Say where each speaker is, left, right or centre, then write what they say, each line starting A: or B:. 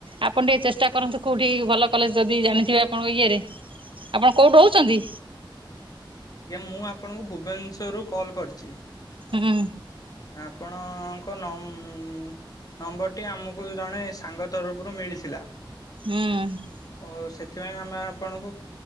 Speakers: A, on the right (about 75°); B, on the left (about 45°).
A: ଆପଣ ଟିକେ ଚେଷ୍ଟା କରନ୍ତୁ କେଉଁଠି? ଭଲ କଲେଜ ଯଦି ଜାଣିଥିବେ ଆପଣଙ୍କ ଇଏରେ ଆପଣ କୋଉଠି ରହୁଛନ୍ତି?
B: ଆଜ୍ଞା ମୁଁ ଆପଣଙ୍କୁ ଭୁବନେଶ୍ଵର ରୁ କଲ୍ କରିଛି।
A: ହୁଁ।
B: ଆପଣଙ୍କ ନମ୍ବରଟି ଆମ ଜଣେ ସାଙ୍ଗ ତରଫରୁ ମିଳିଥିଲା
A: ହୁଁ
B: ଓ ସେଥିପାଇଁ ଆମେ ଆପଣଙ୍କୁ